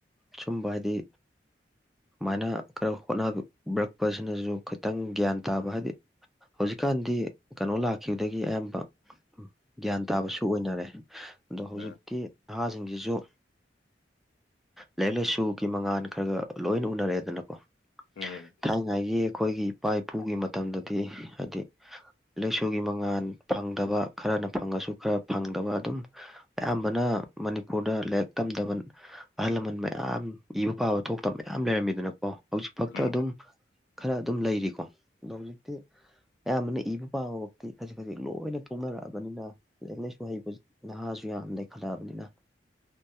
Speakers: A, in the centre; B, on the left.
A: ꯁꯨꯝꯕ ꯍꯥꯏꯗꯤ ꯁꯨꯃꯥꯏꯅ ꯈꯔ ꯍꯣꯠꯅꯕꯤꯔꯛꯄꯁꯤꯅꯁꯨ ꯈꯤꯇꯪ ꯒ꯭ꯌꯥꯟ ꯇꯥꯕ ꯍꯥꯏꯗꯤ ꯍꯧꯖꯤꯛꯀꯥꯟꯗꯤ ꯀꯩꯅꯣ ꯂꯥꯛꯈꯤꯕꯗꯒꯤ ꯑꯌꯥꯝꯕ ꯒ꯭ꯌꯥꯟ ꯇꯥꯕꯁꯨ ꯑꯣꯏꯅꯔꯦ ꯑꯗꯣ ꯍꯧꯖꯤꯛꯇꯤ
B: ꯎꯝ
A: ꯅꯍꯥꯁꯤꯡꯁꯤꯁꯨ ꯂꯥꯏꯔꯤꯛ ꯂꯥꯏꯁꯨꯒꯤ ꯃꯉꯥꯜ ꯈ꯭ꯔꯛ ꯈ꯭ꯔꯛ ꯂꯣꯏꯅ ꯎꯅꯔ‌ꯦꯗꯅꯀꯣ
B: ꯎꯝ
A: ꯊꯥꯏꯅꯉꯥꯏꯒꯤ ꯑꯩꯈꯣꯏꯒꯤ ꯏꯄꯥ ꯏꯄꯨꯒꯤ ꯃꯇꯝꯗꯗꯤ ꯍꯥꯏꯗꯤ ꯂꯩꯥꯏꯁꯨꯒꯤ ꯃꯉꯥꯜ ꯐꯪꯗꯕ ꯈꯔꯅ ꯐꯪꯉꯁꯨ ꯈꯔ ꯐꯪꯗꯕ ꯑꯗꯨꯝ ꯑꯌꯥꯝꯕꯅ ꯃꯅꯤꯄꯨꯔꯗ ꯂꯥꯏꯔꯤꯛ ꯇꯝꯗꯕ ꯑꯍꯜ ꯂꯃꯟ ꯃꯌꯥꯝ ꯏꯕ ꯄꯥꯕ ꯊꯣꯛꯇꯝ ꯃꯌꯥꯝ ꯂꯩꯔꯝꯃꯤꯗꯅꯀꯣ ꯍꯧꯖꯤꯛ ꯐꯛꯇ
B: ꯎꯝ
A: ꯑꯗꯨꯝ ꯈꯔ ꯑꯗꯨꯝ ꯂꯩꯔꯤꯀꯣ ꯗꯣ ꯍꯧꯖꯤꯛꯇꯤ ꯑꯌꯥꯝꯕꯅ ꯏꯕ ꯄꯥꯕꯃꯛꯇꯤ ꯈꯖꯤꯛ ꯈꯖꯤꯛ ꯂꯣꯏꯅ ꯊꯣꯛꯅꯔꯛꯑꯕꯅꯤꯅ ꯂꯥꯏꯔꯤꯛ ꯂꯥꯏꯁꯨ ꯍꯩꯕ ꯅꯍꯥꯁꯨ ꯌꯥꯝ ꯂꯩ ꯈꯜꯂꯛꯑꯕꯅꯤꯅ